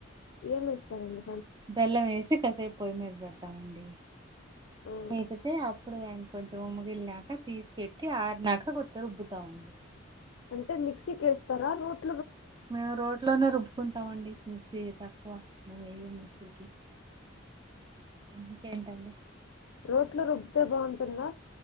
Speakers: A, on the left; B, on the right.
A: ఏమి ఇస్తారండి
B: బెల్లం వేసి కాసేపు పొయ్యి మీద పెడతామండి
A: ఆ!
B: ఏంటితే అప్పుడుదానికి కొంచం ఉమ్ వెళ్ళాక తీసి పెట్టి ఆరునాక కొత్త రుబ్బుతా ఉండు
A: అంటే మిక్సీకి వేస్తారా రుటు
B: మేము రోడ్ లోనే రుబ్బకుంటాం అండి తకువ ను వెయ ముకి ఇకేంటండి
A: రోట్లు రొబ్బితే బాగుంటుందా